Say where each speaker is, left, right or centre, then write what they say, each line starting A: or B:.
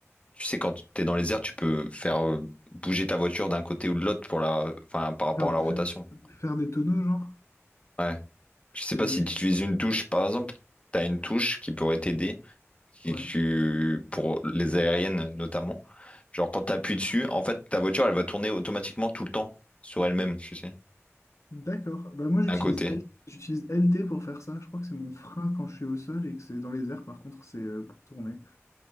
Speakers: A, on the left; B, on the left.
A: tu sais quand t'es dans les airs, tu peux faire euh, bouger ta voiture d'un côté ou de l'autre pour la, enfin par rapport
B: Faire,
A: à la rotation.
B: fa- faire des tonneaux, genre?
A: Ouais. Je sais
B: Euh,
A: pas si tu utilises une touche, par exemple, tu as une touche qui pourrait t'aider, qui
B: Ouais,
A: tu- pour les aériennes notamment. Genre quand tu appuies dessus, en fait, ta voiture, elle va tourner automatiquement tout le temps sur elle-même, tu sais,
B: d'accord. Bah moi j'utilise
A: d'un côté.
B: L... j'utilise LT pour faire ça. Je crois que c'est mon frein quand je suis au sol et que c'est dans les airs par contre c'est euh, pour tourner.